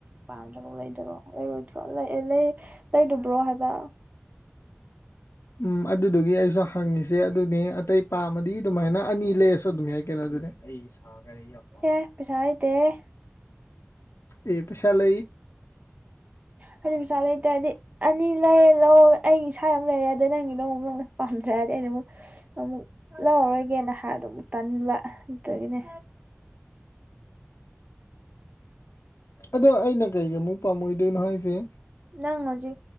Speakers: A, on the right; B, on the left.
A: ꯄꯥꯝꯗꯐꯥꯎ ꯂꯩꯗ꯭ꯔꯣ ꯂꯩꯔꯣꯏꯗ꯭ꯔꯣ ꯂꯩ ꯂꯩ ꯂꯩꯗꯕ꯭ꯔꯣ ꯍꯥꯏꯕ
B: ꯎꯝ ꯑꯗꯨꯗꯨꯒꯤ ꯑꯩꯁꯨ ꯍꯪꯉꯁꯤ ꯁꯦ ꯑꯗꯨꯅꯦ ꯑꯇꯩ ꯄꯥꯝꯃꯗꯤ ꯑꯗꯨꯃꯥꯏꯅ ꯑꯅꯤ ꯂꯩꯔꯁꯨ ꯑꯗꯨꯝ ꯌꯥ ꯀꯩꯅꯣ ꯑꯗꯨꯅꯦ ꯑꯩ ꯌꯥꯝꯒꯤ
A: ꯑꯦ ꯄꯩꯁꯥ ꯂꯩꯇꯦꯍꯦ
B: ꯑꯦ ꯄꯩꯁꯥ ꯂꯩ
A: ꯍꯥꯏꯗꯤ ꯄꯩꯁꯥ ꯂꯩꯇꯗꯤ ꯍꯥꯏꯗꯤ ꯑꯅꯤ ꯂꯧ ꯂꯧ ꯑꯩ ꯏꯁꯥ ꯑꯃ ꯂꯩꯔꯦ ꯑꯗ ꯅꯪꯒꯤꯗꯣ ꯄꯥꯝꯗ꯭ꯔꯦ ꯍꯥꯏꯔꯗꯤ ꯑꯩꯅ ꯑꯃꯨꯛ ꯑꯃꯨꯛ ꯂꯧꯔꯔꯣꯏꯒꯦꯅ ꯍꯥꯏꯗꯣ ꯑꯃꯨꯛ ꯇꯟꯕ ꯅꯦ
B: ꯑꯗꯣ ꯑꯩꯅꯪ ꯄꯥ ꯃꯔꯤꯗ ꯅꯍꯣꯏꯁꯦ
A: ꯅꯪ ꯍꯧꯖꯤꯛ